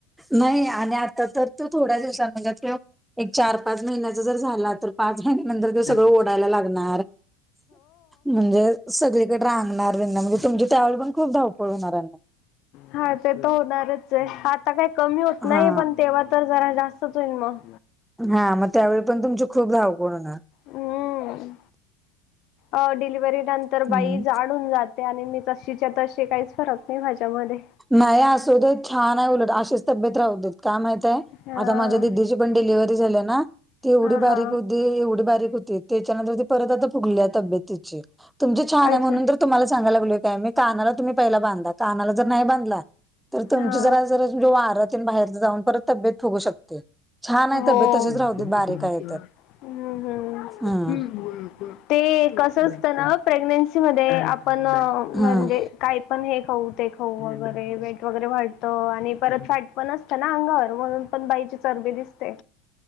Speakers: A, in the centre; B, on the left.
A: नाही आणि आता तर तो थोड्या दिवसां म्हणजे त्यो एक चार-पाच महिन्याचा जर झाला तर, पाच महिन्या नंतर त्यो
B: हा
A: सगळं ओढायला लागणार, म्हणजे सगळीकडे रांगणार्यांना म्हणजे तुमची त्यावेळी पण खूप धावपळ होणार्यांना,
B: हा ते तर होणारच आहे, आता काही कमी होत नाही,
A: हा
B: पण तेव्हा तर जरा जास्तच होईन मग.
A: हा मग त्यावेळी पण तुमची खूप धावपळ होणार.
B: हूं... अ डिलिव्हरी नंतर
A: होणार.
B: बाई जाड हून जात ते आणि मी तशीच्या-तशी काहीच फरक नाही माज्यामध्ये.
A: नाही असू दे छान आहे उलट, अशीच तब्येत राहू देत का माहितय
B: हा
A: आता माझ्या दिदीची पण डिलिव्हरी झाल्या ना, ती एवढी
B: हा
A: बारीक
B: हा
A: होती, एवढी बारीक होती, त्याच्यानंतर ते परत आता फुगली तब्येत तिची तुमची छान आहे
B: अच्छा
A: म्हणून तर, तुम्हांला सांगाय लागलोय काय मी, कानाला तुम्ही पहिला बांधा कानाला जर नाही बांधलात तर तुमची
B: हा
A: जरा जर वारं तेन बाहेरचं जाऊन परत तब्येत फुगू शकते. छान आहे
B: हो..
A: तब्येत तशीच
B: एक,
A: राहू
B: दोन,
A: दे बारीक
B: तीन,
A: आहे
B: चार...
A: तर
B: हूं. हुं.
A: हम्म
B: हूं... ते कसं असतंना प्रेग्नेन्सी मध्ये आपण म्हणजे
A: हम्म
B: काय- पण हे खाऊ, ते खाऊ, वगैरे वेट वगैरे वाढतं, आणि परत फॅट पण असतं ना अंगावर म्हणून- पण बाईची चरबी दिसते.